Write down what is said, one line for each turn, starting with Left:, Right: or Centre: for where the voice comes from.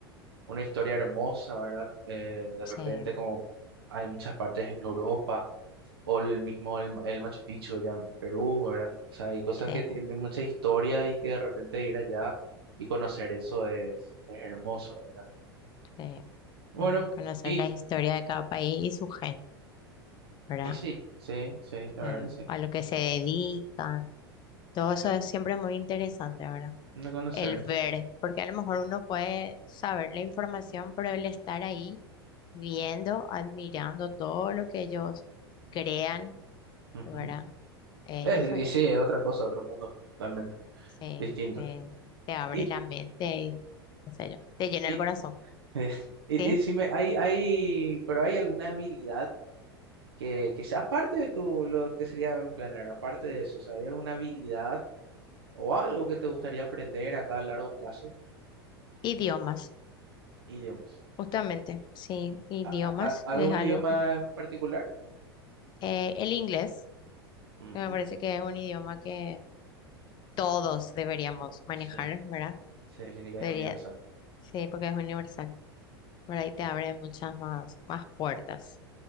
Right: una historia hermosa, ¿verdad? Eh, de
Left: sí,
Right: repente como hay muchas partes en Europa, o el mismo el, el Machu Picchu allá en Perú, ¿verdad? O sea, hay cosas
Left: sí,
Right: que tienen mucha historia y que de repente ir allá y conocer eso es, es hermoso, ¿verdad?
Left: sí,
Right: Bueno,
Left: sí. Conocer
Right: y,
Left: la historia de cada país y su gente, ¿verdad?
Right: y sí, sí, sí, la
Left: Sí,
Right: verdad que sí.
Left: A lo que se dedican. Todo
Right: Exacto.
Left: eso es siempre muy interesante, ¿verdad?
Right: De conocer.
Left: El ver, porque a lo mejor uno puede saber la información, pero el estar ahí viendo, admirando todo lo que ellos crean,
Right: Ujú.
Left: ¿verdad? Es
Right: Es-
Left: diferente.
Right: y sí, es otra cosa, otro mundo, totalmente
Left: Sí,
Right: distinto.
Left: eh, te abre
Right: Y,
Left: la mente y qué sé yo, te llena
Right: y,
Left: el corazón.
Right: <laughs> y- y
Left: Sí,
Right: decime, hay, hay, pero hay alguna habilidad que, que sea, aparte de tu, lo que sería event planner, aparte de eso, o sea, ¿hay alguna habilidad o algo que te gustaría aprender acá a largo plazo?
Left: idiomas,
Right: Idiomas.
Left: justamente, sí, idiomas
Right: ¿A- a- a- algún
Left: es algo
Right: idioma
Left: que...
Right: en particular?
Left: eh, el inglés,
Right: Ujú.
Left: que me parece que es un idioma que todos deberíamos manejar,
Right: Sí,
Left: ¿verdad?
Right: sí, el inglés
Left: Debería,
Right: es universal.
Left: sí, porque es universal, ¿verdad? Y te abre muchas más, más puertas.